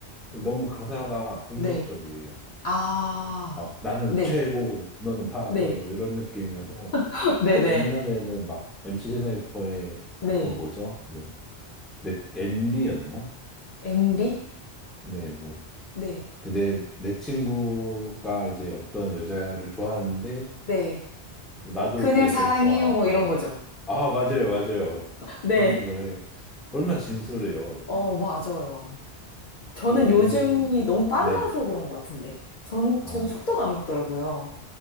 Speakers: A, in the centre; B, on the left (about 55°).
A: 너무 가사가 공격적이에요.
B: 네. 아,
A: 막 나는
B: 네.
A: 최고, 너는 바보,
B: 네.
A: 이런 느낌이어서.
B: <laughs> 네네.
A: 옛날에는 막 MC 스나이퍼의
B: 네.
A: 그거 뭐죠? 뭐, 넷, NB였나?
B: MB?
A: 네, 뭐.
B: 네.
A: 그 내, 내 친구가 이제 어떤 여자를 좋아하는데,
B: 네.
A: 뭐 나도
B: 그녀를
A: 그 여자를
B: 사랑해요.
A: 좋아하고,
B: 뭐 이런 거죠.
A: 아, 맞아요, 맞아요.
B: 네.
A: 그런 노래. 얼마나 진솔해요, 이게.
B: 어, 맞아요. 저는
A: 근데 요즘에는,
B: 요즘이 너무
A: 아,
B: 빨라서
A: 네.
B: 그런 것 같은데. 전,
A: 아,
B: 저는 속도가 안 맞더라고요.